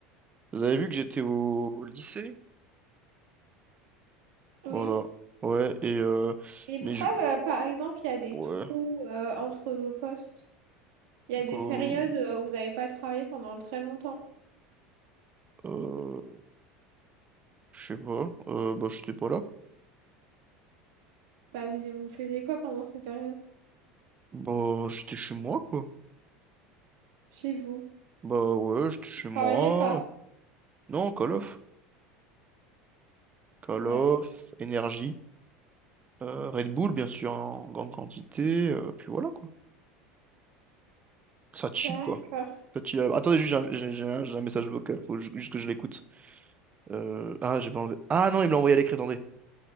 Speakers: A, on the right; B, on the right.
A: vous avez vu que j'étais au lycée?
B: Oui.
A: Voilà. Ouais, et euh,
B: Mais pourquoi,
A: mais je
B: bah, par exemple, il y a des
A: ouais,
B: trous euh, entre vos postes? Il y a des
A: quoi,
B: périodes euh, où vous n'avez pas travaillé pendant très longtemps.
A: euh, je sais pas, euh, bah j'étais pas là.
B: Bah, vous, vous faisiez quoi pendant ces périodes?
A: Bah j'étais chez moi quoi.
B: Chez vous?
A: Bah ouais, j'étais chez
B: Vous
A: moi.
B: travaillez pas?
A: Non, Call of. Call
B: D'accord.
A: of, énergie, euh, Red Bull bien sûr en grande quantité, euh, puis voilà quoi. Ça chill
B: D'accord.
A: quoi. Ça chill. Attendez, juste j'ai un, j'ai- j'ai un- j'ai un message vocal, faut ju- juste que je l'écoute. Euh, Ah, j'ai pas enlevé. Ah non, il me l'a envoyé à l'écrit, attendez.